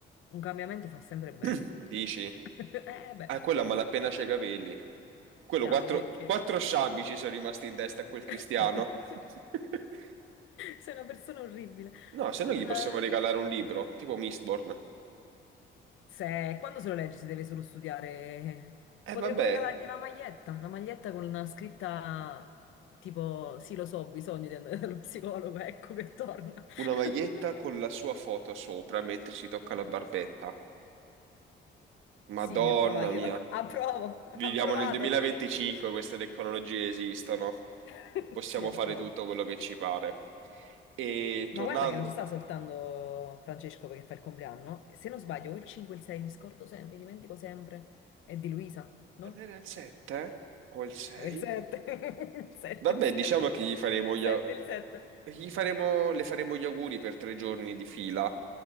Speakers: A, on the left; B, on the right.
A: un cambiamento fa sempre bene.
B: <clears throat> Dici?
A: <laughs> Eh beh,
B: Ah, quello a malapena c'ha i capelli. Quello,
A: già,
B: quattro,
A: perché?
B: quattro sciambi ci sono rimasti in testa a quel Cristiano.
A: <laughs>
B: <laughs>
A: Sei una persona orribile.
B: No, se no gli
A: Ah,
B: possiamo regalare un libro, tipo Mistborn.
A: Se, quando se lo legge se deve solo studiare,
B: E
A: potremmo
B: vabbè,
A: regalargli una maglietta, una maglietta con una scritta tipo, sì lo so, ho bisogno di andare <laughs> dallo psicologo, ecco che torna.
B: una maglietta
A: <laughs>
B: con la sua foto sopra mentre si tocca la barbetta. Madonna
A: Sì, approva, io
B: mia.
A: <laughs> approvo,
B: Viviamo
A: <laughs> approvato.
B: nel 2025, queste tecnologie esistono.
A: <laughs>
B: Possiamo
A: Sì, approvo.
B: fare tutto quello che ci pare. E
A: Ma
B: tornando...
A: guarda che non ci sta soltanto Francesco perché fa il compleanno. Se non sbaglio, o il 5 e il 6, mi scordo sempre, mi dimentico sempre. È di Luisa, no?
B: Non era il 7? O il 6?
A: È il 7. <laughs> Il 7,
B: Vabbè,
A: il 7.
B: diciamo che gli faremo
A: Il
B: gli,
A: 7,
B: au-
A: il 7.
B: Gli faremo, le faremo gli auguri per tre giorni di fila.